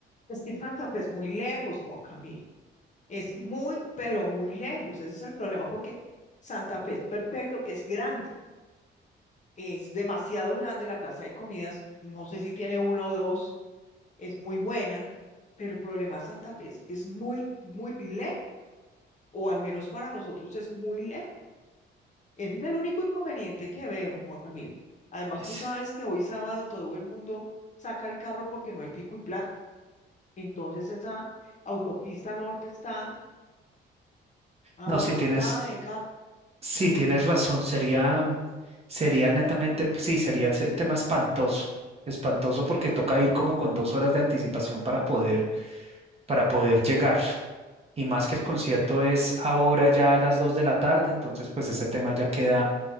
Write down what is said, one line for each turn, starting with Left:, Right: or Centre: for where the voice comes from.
Left: Es que Santa Fe es muy lejos, Juan Camilo. Es muy, pero muy lejos. Ese es el problema, porque Santa Fe es perfecto, que es grande. Es demasiado grande la plaza de comidas, no sé si tiene uno o dos, es muy buena, pero el problema de Santa Fe es que es muy, muy lejos, o al menos para nosotros es muy lejos. Ese es el único inconveniente que veo, Juan Camilo. Además,
Right: Es-
Left: tú sabes que hoy sábado todo el mundo saca el carro porque no hay pico y placa. Entonces esa autopista norte está abarrotada
Right: No, si tienes,
Left: de carros.
Right: si tienes razón, sería, sería netamente, pues, sí, sería ese tema espantoso, espantoso porque toca ir como con dos horas de anticipación para poder, para poder llegar. Y más que el concierto es ahora ya a las dos de la tarde, entonces pues ese tema ya queda,